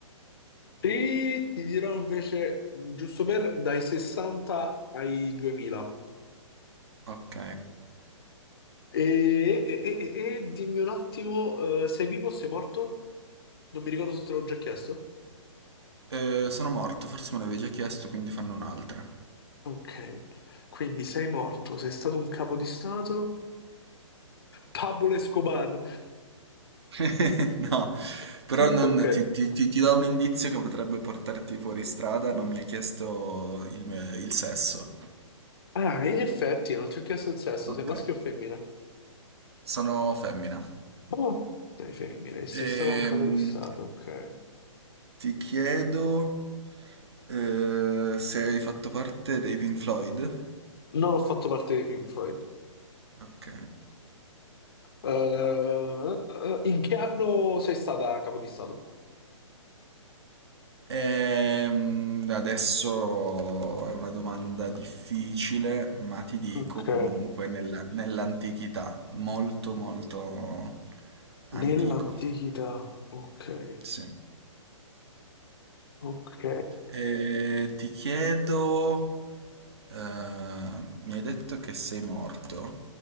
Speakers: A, on the left; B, on the right.
A: E ti dirò invece, giusto per, dai 60 ai 2000.
B: Ok.
A: E, e- e- e- e dimmi un attimo, eh, sei vivo o sei morto? Non mi ricordo se te l'ho già chiesto.
B: Eh, sono morto, forse me l'avevi già chiesto, quindi fanno un'altra.
A: Ok, quindi sei morto, sei stato un capo di stato? Pablo Escobar.
B: <laughs> No,
A: <laughs>
B: però non-
A: Ok.
B: ti, ti- ti- ti do un indizio che potrebbe portarti fuori strada, non mi hai chiesto il, me- il sesso.
A: Ah, in effetti, non ti ho chiesto il sesso,
B: Ok.
A: sei maschio o femmina?
B: Sono femmina.
A: Oh, sei femmina, e sei
B: Ehm,
A: stato un capo di stato, ok.
B: ti chiedo eh, se hai fatto parte dei Pink Floyd.
A: Non ho fatto parte di Pink Floyd.
B: Ok.
A: Eh, eh, eh, in che anno sei stata capo di stato?
B: Ehm, adesso è una domanda difficile, ma ti dico
A: Ok.
B: comunque nella- nell'antichità, molto molto
A: Nell'antichità.
B: antico.
A: Ok.
B: Sì.
A: Ok.
B: E ti chiedo, eh, mi hai detto che sei morto?